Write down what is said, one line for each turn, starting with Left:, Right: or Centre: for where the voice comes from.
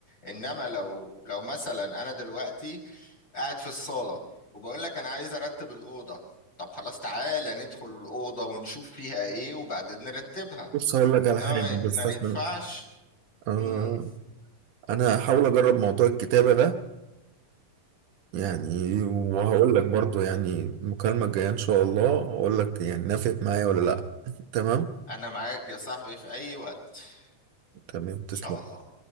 Left: انما لو لو مثلا انا دلوقتي قاعد في الصاله وبقول لك انا عايز ارتب الاوضه طب خلاص تعالى ندخل الاوضه ونشوف فيها ايه وبعدين نرتبها
Right: بص هقول لك على
Left: انما
Right: حاجة بس
Left: ما ما
Right: عشان
Left: ينفعش
Right: آه
Left: امم
Right: انا هحاول اجرب موضوع الكتابة ده يعني وهقول لك برضو يعني المكالمة الجاية ان شاء الله اقول لك يعني نفعت معايا ولا لا تمام
Left: انا معاك يا صاحبي في اي وقت
Right: تمام
Left: ان
Right: تسلم
Left: شاء الله